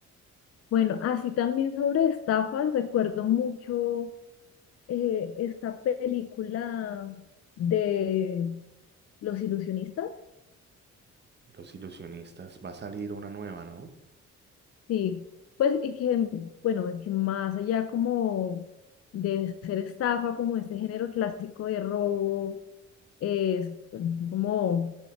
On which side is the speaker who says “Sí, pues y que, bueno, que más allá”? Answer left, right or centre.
Left